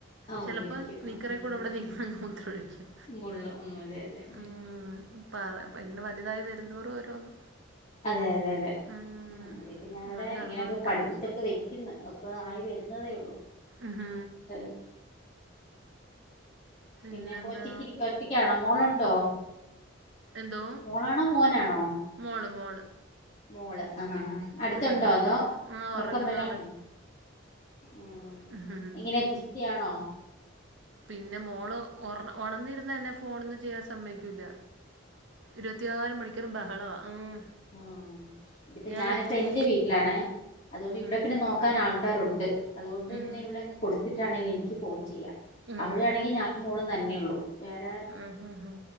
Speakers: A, on the left; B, on the right.
A: ആഹ്
B: ചെലപ്പോ
A: ഊരിക്കും
B: നിക്കറീ
A: ആഹ് ആഹ്
B: കൂടെ അവിടെ
A: ആഹ്
B: നിന്നങ്ങു മൂത്രം ഒഴിക്കും
A: മുള്ള് ഉം അതെ അതെ
B: ഉം പറ അപ്പ ഇങ്ങനെ വലുതായി വരുന്തോറും ഓരോന്ന്
A: അതെയതെയതെ
B: ഉം
A: ഇപ്പൊ ഞാനിവിടെ
B: അതുകൊണ്ട്
A: ഇങ്ങനെയൊക്കെ
B: അന്ന് തൊട്ട്
A: പഠിപ്പിച്ചൊക്കെ
B: അങ്ങനെ
A: വെക്കുന്നു. പ്പൊ ആയി വരുന്നതേ ഉള്ളൂ
B: മ്മ്
A: ഏഹ്
B: പിന്നെന്താ
A: പിന്നെ ഇപ്പൊ ഒറ്റക്കിരിക്ക ഒറ്റക്കണോ മോളുണ്ടോ
B: എന്തോ
A: മോളാണോ മോനാണോ
B: മോള് മോള്
A: മോള് അഹഹ അടുത്തണ്ടോ
B: ഉം
A: അതോ
B: ആഹ്
A: ഉറക്കം
B: ഒറങ്ങുന്ന്
A: വല്ലോം ആണോ ഉം
B: ഒറങ്ങുന്ന്
A: എങ്ങനെ കുസ്തിയാണോ
B: പിന്നെ മോള് ഉണന്നിരുന്ന എന്നെ ഫോണോന്നും ചെയ്യാൻ സമ്മതി ക്കൂല്ല ഇരുപത്തിനാലു മണിക്കൂറും ബഹളവാ ഉം
A: ആ ഇപ്പ
B: ഞാൻ
A: ഞാനിപ്പോ
B: ഫ്രീ
A: എന്റെ വീട്ടിലാണേ അതുകൊണ്ട് ഇവിടെ
B: ഉം
A: പിന്നെ നോക്കാൻ ആൾക്കാരുണ്ട് അതുകൊണ്ട്
B: ഉം
A: പിന്നെ ഇവിടെങ് കൊടുത്തി് ഇവിടാണെങ്കിൽ എനിക്ക് ഫോൺ ചെയ്യാം
B: ഉം
A: അവിടെയാണെങ്കിൽ ഞാനും മോളും തന്നെ ഉള്ളൂ. വേറെ
B: ആഹ് ആഹ്